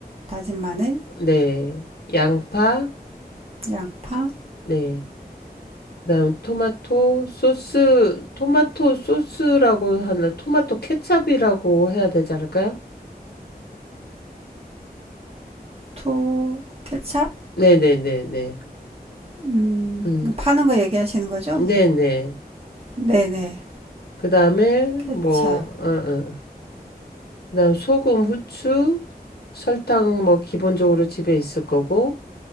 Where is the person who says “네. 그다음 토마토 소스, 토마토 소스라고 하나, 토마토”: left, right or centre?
Left